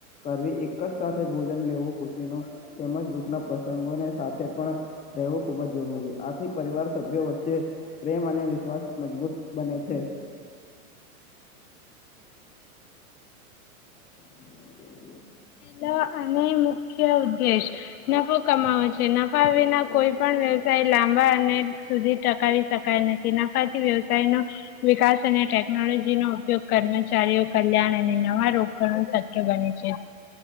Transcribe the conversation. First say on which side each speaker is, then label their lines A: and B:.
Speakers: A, on the left (about 15°); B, on the left (about 80°).
A: કરવી એક જ સાથે ભોજન લેવું ખુશી ને તેમજ દુઃખના પ્રસંગોને સાથે પણ રહેવું ખુબ જ જરૂરી આ થી પરિવાર સભ્યો વચ્ચે પ્રેમ અને વિશ્વાસ મજબૂત બને છે. <inaudible>
B: <unintelligible> અને મુખ્ય ઉદ્દેશ નફો કમાવે છે નફા વિના કોઈ પણ વ્યવસાય લાંબા અને સુધી ટકાવી શકાય નથી નફાથી વ્યવસાય નો વિકાસ અને ટે નોલોજી નો ઉપયોગ કર્મચારીઓ કલ્યાણ અને નવા રોગણો સત્ય બને છે.